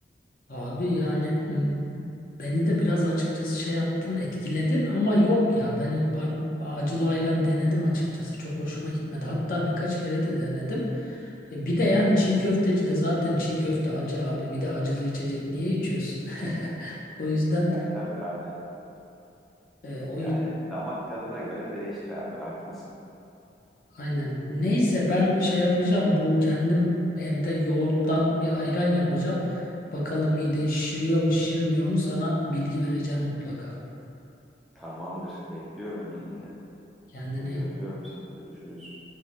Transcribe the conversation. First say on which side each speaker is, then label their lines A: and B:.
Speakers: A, on the left (about 50°); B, in the centre.
A: Abi yani m, beni de biraz açıkçası şey yaptın, etkiledin ama yok ya. Ben hiç ba- acılı ayran denedim açıkçası. Çok hoşuma gitmedi. Hatta birkaç kere de denedim. E, Bir de yani çiğ köfteci de zaten çiğ köfte acı abi. Bir de acılı içecek. Niye içiyorsun? <laughs> O yüzden
B: Ya tabii abi.
A: e, o
B: Yani damak tadına göre değişir abi. Haklısın.
A: Aynen. Neyse ben şey yapacağım. Bu kendim evde yoğurttan bir ayran yapacağım. Bakalım mideyi şişiriyor mu, şişirmiyor mu sana bilgi vereceğim mutlaka.
B: Tamamdır. Bekliyorum bilgini.
A: Kendine
B: Hadi öpüyorum seni. Görüşürüz.